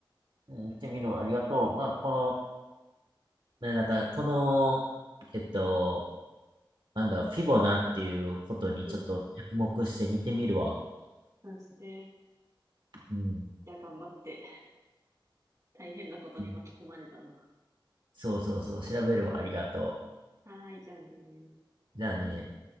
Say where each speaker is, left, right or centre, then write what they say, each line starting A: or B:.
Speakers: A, on the right; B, on the right.
A: うん、行ってみるわ。ありがとう。まあ、この、ね、だから、この、えっと、なんだろう、フィボナっていうことにちょっと着目して見てみるわ。
B: うん。そして、
A: うん。
B: じゃあ頑張って、大変なことに巻き込まれたな。
A: うんそうそうそう、調べるわ。ありがと
B: はーい、じゃあねー。
A: う。じゃあね。